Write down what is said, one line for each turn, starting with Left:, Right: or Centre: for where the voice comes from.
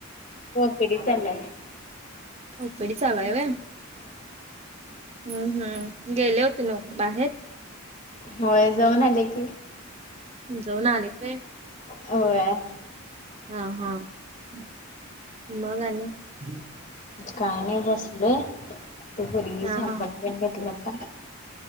Left: कधी चाललाय.
Right: ओपीडी चालू हाय व्हय हम्म हम्म गेले होते ना कुठे बाहेर.
Left: होय जाऊन आले की.
Right: जाऊन आलेतय होय.
Left: होय.
Right: हा हा, मग मगणी.
Left: काय नाही बसलय ती पोरगी
Right: हा
Left: सॅम्पल
Right: हा
Left: तेन घेत. तलाता